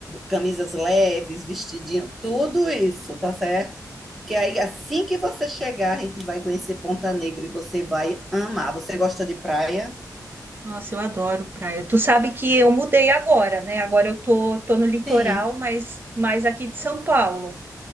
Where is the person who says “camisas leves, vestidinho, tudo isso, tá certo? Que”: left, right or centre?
Centre